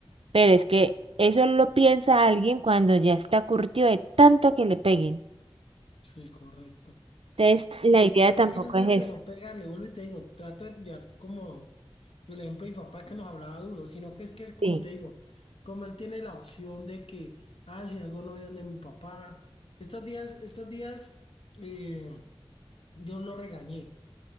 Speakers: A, on the right (about 85°); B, on the left (about 85°).
A: Pero es que eso lo piensa alguien cuando ya está curtido de tanto que le peguen.
B: Sí, correcto.
A: Entonces, la
B: Yo-
A: idea
B: Ya
A: tampoco
B: que yo trato
A: es
B: de no
A: esa.
B: pegarle, vuelvo y te digo, trato de llevar como el ejemplo de mi papá que nos hablaba duro, sino que es que, como
A: Sí.
B: te digo, como él tiene la opción de que, ah, si algo no veo de mi papá, estos días, estos días, eh, yo lo regañé,